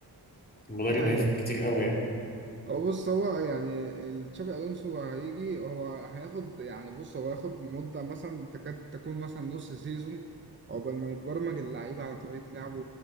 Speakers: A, on the left (about 20°); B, on the right (about 30°).
A: فالمدرب
B: دي حقيقة
A: هيفرق كتير أوي يعني
B: هو بص هو يعني تشابي ألونسو هيجي هو هياخد يعني بص هو هياخد مدة مثلا تكاد تكون مثلا نص سيزون عقبال ما يتبرمج اللعيبة على طريقة لعبه